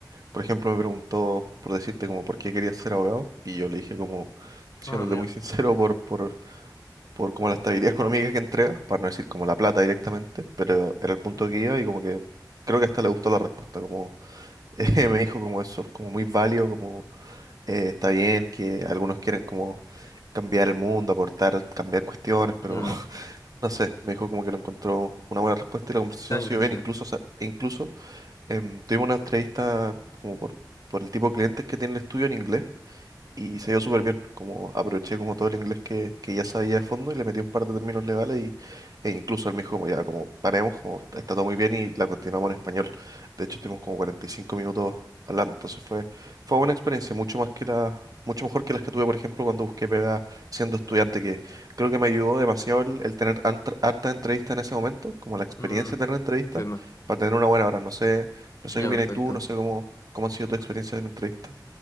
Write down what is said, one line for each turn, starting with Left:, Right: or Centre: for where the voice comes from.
Right: Por ejemplo, me preguntó por decirte como por qué querías ser abogado y yo le dije como, siéndote
Left: Ah, mira.
Right: muy sincero, por, por, por como la estabilidad <laughs> económica que entrega, para no decir como la plata directamente, pero era el punto
Left: Mm,
Right: que iba y como que creo que hasta le gustó la respuesta, como <laughs> eh, me dijo como eso, como muy válido, como eh, está bien que algunos quieren como cambiar el mundo, aportar, cambiar cuestiones, pero
Left: mm,
Right: <laughs> no sé, me dijo como que lo encontró una buena respuesta y la conversación
Left: está bien,
Right: siguió bien,
Left: sí.
Right: incluso, o sea, incluso em, tuvimos una entrevista como por, por el tipo de clientes que tiene el estudio en inglés y se dio súper bien. Como aproveché como todo el inglés que, que ya sabía de fondo y le metí un par de términos legales y, e incluso él me dijo como ya, como paremos, como está todo muy bien y la continuamos en español. De hecho, estuvimos como 45 minutos hablando. Entonces fue, fue una experiencia mucho más que la, mucho mejor que las que tuve, por ejemplo, cuando busqué pega siendo estudiante, que creo que me ayudó demasiado el, el tener ant- hartas entrevistas en ese momento, como la experiencia
Left: Mm,
Right: de tener entrevistas
Left: entiendo.
Right: para tener una buena hora. No sé, no sé
Left: Ya,
Right: qué opinas
Left: perfecto.
Right: tú, no sé cómo, cómo ha sido tu experiencia en entrevista.